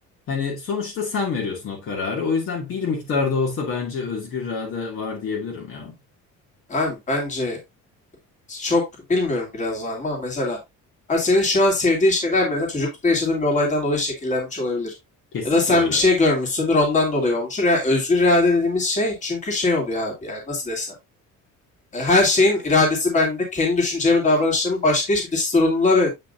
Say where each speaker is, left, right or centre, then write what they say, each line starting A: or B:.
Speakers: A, on the left; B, on the left.
A: hani sonuçta sen veriyorsun o kararı. O yüzden bir miktarda olsa bence özgür irade var diyebilirim ya.
B: Abi bence çok bilmiyorum biraz var mı ama mesela abi senin şu an sevdiğin şeyler mesela çocuklukta yaşadığın bir olaydan dolayı şekillenmiş olabilir.
A: Kesinlikle
B: Ya da sen
A: öyle.
B: bir şey görmüşsündür ondan dolayı olmuştur. Yani özgür irade dediğimiz şey çünkü şey oluyor abi yani nasıl desem. E, Her şeyin iradesi bende. Kendi düşüncemi, davranışlarımı başka hiçbir dış sorumluluğa ve